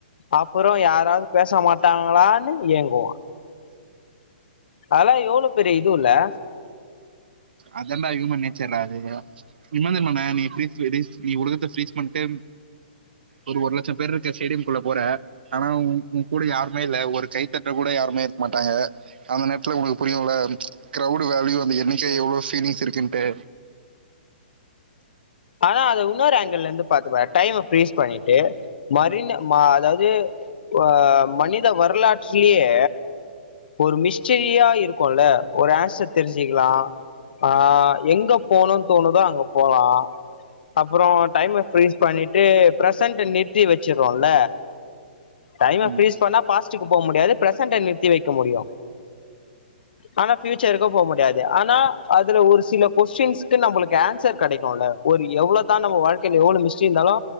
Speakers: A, on the left; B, on the right.
A: அப்புறோ யாராவது பேச மாட்டாங்களானு ஏங்குவா அதெல்லா எவ்ளோ பெரிய இதுவு இல்ல
B: அதான்டா ஹியூமன் நேச்சர்ரா அது இம்மா தெர்மானே நீீ ஃப்ரீஸ்டு ரீஸ்டு நீ ஒலகத்த ஃபிரீஸ் பண்ட்டு ஒரு ஒரு லட்சோ பேரு இருக்க ஸ்டேடியம்குள்ள போற ஆனா உ உ கூட யாருமே இல்ல ஒரு கைத்தட்ட கூட யாருமே இருக்க மாட்டாங்க அந்த நேரத்துல ஒங்களுக்கு புரியுல கிரௌடு வேல்யூ அந்த என்ணிக்க எவ்ளோ ஃபீலிங்ஸ் இருக்குன்ட்டு
A: ஆனா அத இன்னொரு ஆங்கிள்ள இருந்து பாத்துக்கோ டைம ஃப்ரீஸ் பண்ணிட்டு மரின ம அதாது ஆ மனித வரலாற்லியே ஒரு மிஸ்டிரியா இருக்குல ஒரு ஆன்சர் தெரிஞ்சிக்கலா ஆ எங்க போணுன் தோணுதோ அங்க போலா அப்பறோ டைம ஃப்ரீஸ் பண்ணிட்டு பிரசன்ட்ட நிறுத்தி வச்சிர்றோல டைம
B: ம்
A: ஃபிரீஸ் பண்ணா பாஸ்டுக்கு போ முடியாது பிரசன்ட்ட நிறுத்தி வைக்க முடியு ஆனா ஃபியூச்சருக்கு போ முடியாது ஆனா அதுல ஒரு சில கொஸ்டின்ஸ்க்கு நம்புளுக்கு ஆன்சர் கெடைக்கூல ஒரு எவ்ளதா நம்ம வாழ்க்கைல எவ்ளோ மிஸ்ட்ரி இருந்தாலு